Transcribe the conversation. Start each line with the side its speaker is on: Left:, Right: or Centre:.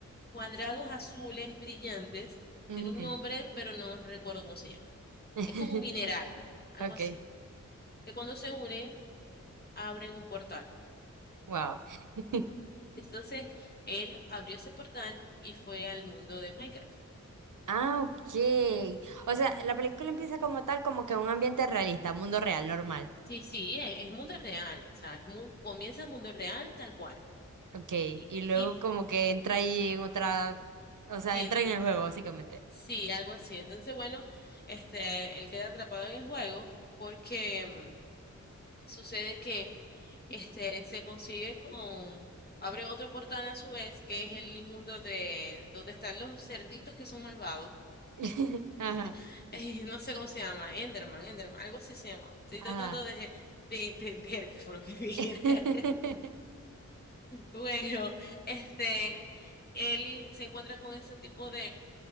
Left: cuadrados azules brillantes,
Right: Ujú.
Left: tiene un nombre, pero no recuerdo cómo se llama.
Right: <laughs>
Left: Es como un mineral, algo
Right: Okay,
Left: así, que cuando se unen, abren un portal.
Right: wow. <laughs>
Left: Entonces, él abrió ese portal y fue al mundo de Minecraft.
Right: Ah, ok. O sea, la película empieza como tal, como que un ambiente realista, mundo real, normal.
Left: Sí, sí, es, es mundo real, o sea, es mun- comienza el mundo real tal cual.
Right: Ok,
Left: Y,
Right: y luego
Left: y
Right: como que entra ahí en otra, o
Left: sí
Right: sea, entra en el juego, básicamente.
Left: Sí, algo así. Entonces, bueno, este, él queda atrapado en el juego porque mm, sucede que este se consigue con, abre otro portal a su vez, que es el mundo de donde están los cerditos que son malvados.
Right: <laughs> Ajá,
Left: Este, <laughs> eh, no sé cómo se llama, Enderman, Enderman, algo así se llama. Estoy
Right: ajá.
Left: tratando de, de entender qué fue lo que dije.
Right: <laughs>
Left: <laughs> Bueno, este, él se encuentra con este tipo de,